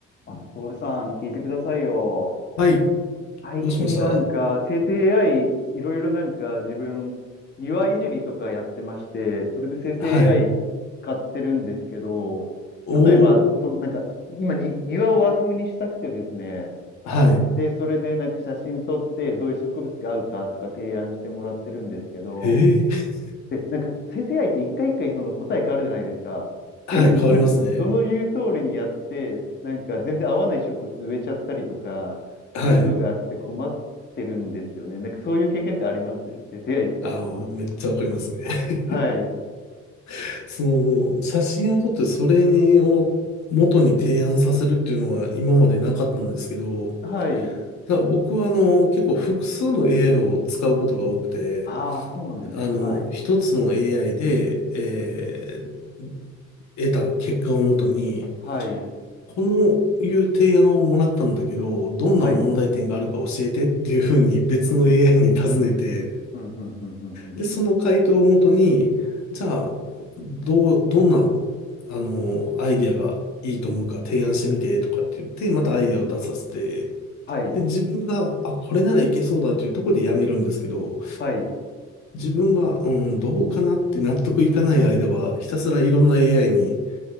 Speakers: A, on the left; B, on the left.
A: あ、トールさん、聞いてくださいよ。
B: はい。
A: 最近なんか、
B: どうしました
A: 生成 AI、いろいろなんか自分、庭いじりとかやってまして、それで生成
B: はい。
A: AI 使ってるんですけど、
B: おお、
A: 例えば、そ、なんか、今に、庭を和風にしたくてですね、
B: はい。
A: で、それでなんか写真撮って、どういう植物が合うかとか提案してもらってるんですけど、
B: へえ。
A: で、なんか生成 a って一回一回その答え変わるじゃないですか。
B: はい、
A: で、<laughs>
B: 変わりますね。
A: その言う通りにやって、なんか全然合わない植物植えちゃったりとか、
B: はい。
A: そういうのがあって困ってるんですよね。なんかそういう経験ってあります生成 AI 使ってもらって。
B: あの、めっちゃわかりますね。
A: はい。
B: <laughs> その、写真を撮ってそれを元に提案させるっていうのは今までなかったんですけど、い
A: はい。
B: や僕はあの、結構複数の AI を使うことが多くて、
A: ああ、そうなんですね。
B: あの、
A: はい。
B: 一つの AI で、えー得た結果をもとに、
A: はい。
B: このいう提案をもらったんだけど、どんな問題点があるか教えてっていうふうに別の
A: はい。ふん、ふん、
B: AI
A: ふん、
B: に尋ねて、
A: ふん、ふん、ふん、ふん。ふんふんふん
B: で、その回答をもとに、じゃあ、どう、どんな、あの、アイディアがいいと思うか提案してみてとかって言って、またアイディアを出させて、
A: はい。
B: で、自分が、あ、これならいけそうだというところでやめるんですけど、
A: はい。
B: 自分が、うん、どうかなって納得いかない間は、ひたすらいろんな AI に